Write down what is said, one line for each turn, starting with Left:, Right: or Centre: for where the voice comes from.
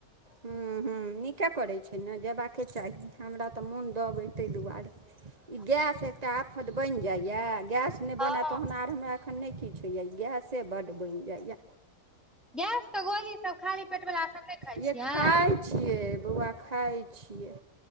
Right: हम्म-हम्म नीके करै छै ने जेबाके चाही हमरा तऽ मोन दब अइ तइ दुआरे
Centre: <inaudible>
Right: इ गैस एकटा आफत बन जाइये, गैस ने
Centre: हँ
Right: बने तहन आर हमरा एखन ने किछ होया इ गैस से बड बइन जाइए
Centre: गैसके गोलीसभ खाली पेटवला सभ नयि खाइ
Right: जे
Centre: छियै?
Right: खाइ छियै बौआ खाइ छियै